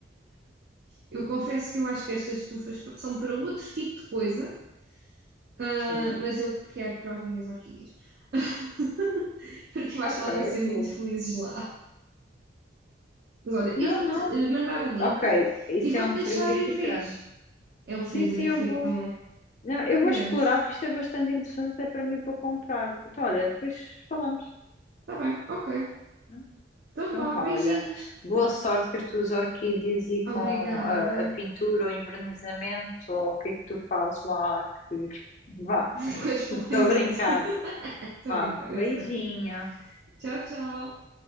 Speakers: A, on the right (about 55°); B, on the left (about 40°).
A: Eu confesso que eu acho que estas estufas são para outro tipo de coisa, ah,
B: Sim,
A: mas eu quero para as minhas orquídeas, <laughs> porque eu acho
B: ok,
A: que elas vão ser muito
B: vou.
A: felizes lá. Mas olha,
B: Não,
A: eu vou-te
B: não.
A: eh, mandar o link
B: Ok, isso
A: e vou-te
B: é um
A: deixar
B: frigorífico
A: ir vês.
B: grande.
A: É um
B: Sim,
A: frigorífico
B: sim, eu vou. Não, eu
A: grande.
B: vou explorar porque isto é bastante interessante até para mim para comprar. Então, olha, depois falamos.
A: Está bem, ok.
B: né?
A: Então
B: Então,
A: vá,
B: vá,
A: beijinhos.
B: olha. Boa sorte com as tuas orquídeas e com
A: Obrigada.
B: a, a pintura ou envernizamento ou o que é que tu fazes lá. Que... Vá,
A: <laughs> Com as flores,
B: estou
A: exato.
B: a brincar.
A: Estou
B: Vá,
A: a brincar,
B: beijinho.
A: eu sei. Tchau, tchau.